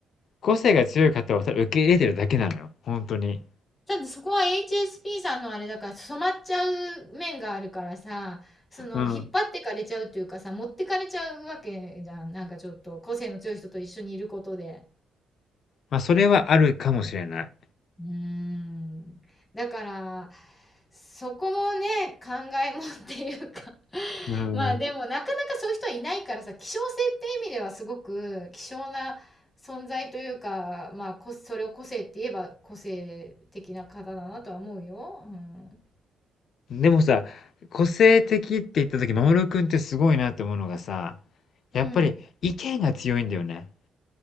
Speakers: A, on the left; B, on the left.
A: 個性が強い方をただ受け入れてるだけなのよ、ほんとに。
B: ただそこは HSP さんのあれだから、染まっちゃう面があるからさ、その、
A: うん。
B: 引っ張ってかれちゃうっていうかさ、持ってかれちゃうわけじゃん。なんかちょっと、個性の強い人と一緒にいることで。
A: ま、あそれはあるかもしれない。
B: うーん。だから、そこもね、考えもんっていうか <laughs>
A: うーん。
B: まあでもなかなかそういう人はいないからさ、希少性って意味ではすごく希少な存在というか、まあこ、それを個性って言えば個性的な方だなとは思うよ。うん。
A: でもさ、個性的って言った時、守君ってすごいなって思うのがさ、
B: うん。
A: やっぱり意見が強いんだよね。